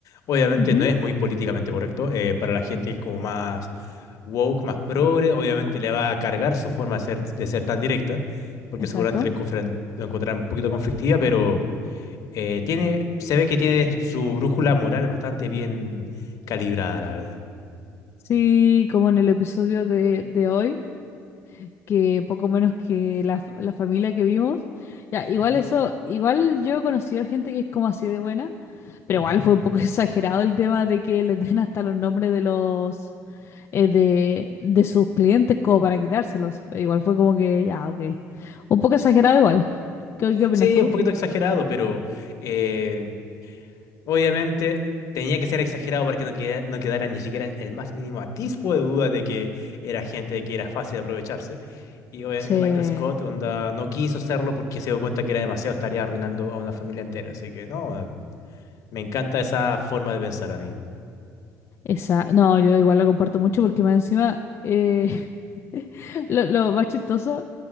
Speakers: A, on the left; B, on the left.
A: Obviamente
B: Ujú,
A: no es muy políticamente correcto, eh, para la gente que es como más woke, más progre, obviamente le va a cargar su forma de ser, de ser tan directa, porque
B: exacto.
A: seguramente lo enconfren- lo encontrarán un poquito conflictiva, pero... Eh, tiene, se ve que tiene su brújula moral bastante bien calibrada, la verdad.
B: Sí, como en el episodio de, de hoy, que poco menos que la, f- la familia que vimos. Ya, igual
A: Ujú,
B: eso, igual yo he conocido gente que es como así de buena, pero
A: ujú.
B: igual fue un poco <laughs> exagerado el tema de que les den hasta los nombres de los... eh, de, de sus clientes como para quitárselos. Igual fue como que, ya, ok. Un poco exagerado igual. ¿Qué, qué opinas
A: Sí,
B: tú?
A: un poquito exagerado, pero eh, obviamente tenía que ser exagerado para que no queda- no quedara ni siquiera el más mínimo atisbo de duda de que era gente que era fácil de aprovecharse. Y obviamente
B: Che,
A: Michael Scott onda, no quiso hacerlo porque se dio cuenta que era demasiado, estaría arruinando a una familia entera. Así que no, me encanta esa forma de pensar a mí.
B: esa... No, yo igual la comparto mucho porque más encima eh, <laughs> lo, lo más chistoso